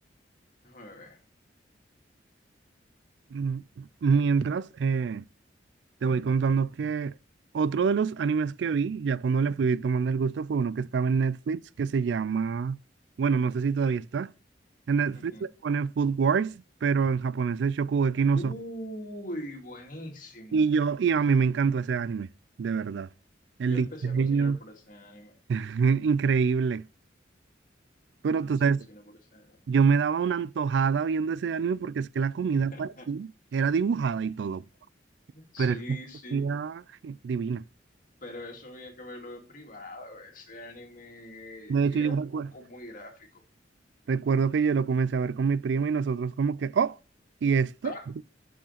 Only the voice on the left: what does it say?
Déjame ver.
Ujú.
Uy,
buenísimo.
Yo
empecé a cocinar por ese anime.
Empecé
a cocinar por ese anime.
<laughs>
Sí,
sí,
pero eso había que verlo en privado. Ese anime
era
un
poco muy gráfico.
Ah,